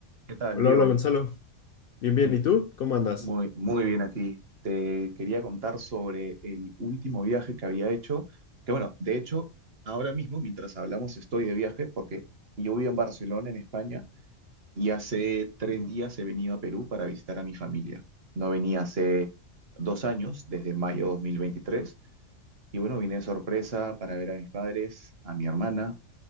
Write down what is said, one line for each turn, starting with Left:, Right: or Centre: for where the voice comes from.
Right: ¿Qué tal,
Left: Hola,
Right: Diego?
Left: hola Gonzalo. Bien, bien.
Right: M-
Left: ¿Y tú? ¿Cómo andas?
Right: Muy, muy bien aquí. Te quería contar sobre el último viaje que había hecho, que bueno, de hecho, ahora mismo, mientras hablamos, estoy de viaje porque yo vivo en Barcelona, en España, y hace tres días he venido a Perú para visitar a mi familia. No venía hace dos años, desde mayo de 2023, y bueno, vine de sorpresa para ver a mis padres, a mi hermana,